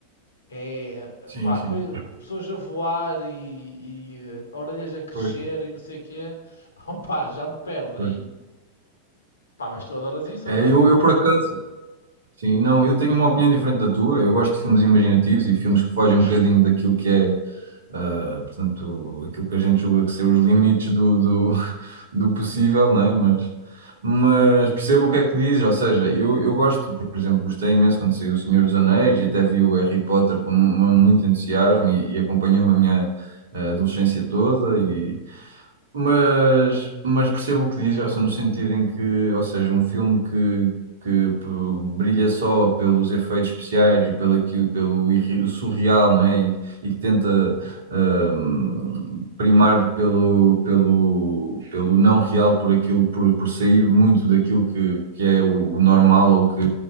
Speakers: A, on the left; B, on the right.
A: É,
B: Sim,
A: pá,
B: sim.
A: coi- pessoas a voar e, e, eh, orelhas a crescer
B: Pois.
A: e não sei o quê. <laughs> Opá, já me perde
B: pois.
A: aí. Pá, mas tu adoras isso
B: É,
A: ou não?
B: eu, eu por acaso, sim, não, eu tenho uma opinião diferente da tua. Eu gosto de filmes imaginativos e filmes que fogem um bocadinho daquilo que é. Uh, portanto, aquilo que a gente julga que ser os limites do, do, <laughs> do possível, não é? Mas, mas percebo o que é que diz, ou seja, eu, eu gosto, por exemplo, gostei imenso quando saiu O Senhor dos Anéis e até vi o Harry Potter com mu- mu- muito entusiasmo e, e acompanhou-me a minha eh, adolescência toda e, mas, mas percebo o que diz, ou seja, no sentido em que, ou seja, um filme que, que p- brilha só pelos efeitos especiais e pelo, pelo irri- surreal, não é? E, e que tenta hum, primar pelo, pelo, pelo não real, por aquilo, por, por sair muito daquilo que, que é o, o normal ou que,